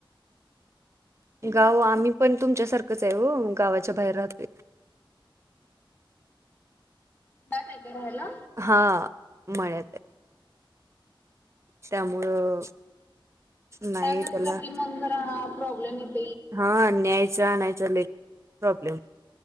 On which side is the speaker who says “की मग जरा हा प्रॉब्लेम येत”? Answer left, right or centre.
Left